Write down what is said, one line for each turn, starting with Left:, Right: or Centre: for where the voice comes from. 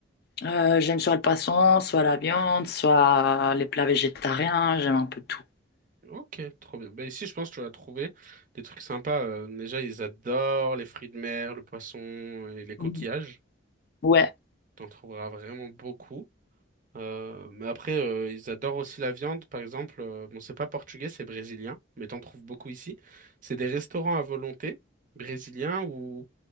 Left: Euh, j'aime soit le poisson, soit la viande, soit les plats végétariens, j'aime un peu tout.
Right: Ok, trop bien. Bah ici, je pense que tu vas trouver des trucs sympas. euh, déjà, ils adorent les fruits de mer, le poisson et les coquillages.
Left: Mhm. Ouais.
Right: T'en trouveras vraiment beaucoup. Euh, mais après, euh, ils adorent aussi la viande, par exemple. euh, bon, c'est pas portugais, c'est brésilien, mais t'en trouves beaucoup ici. C'est des restaurants à volonté brésiliens où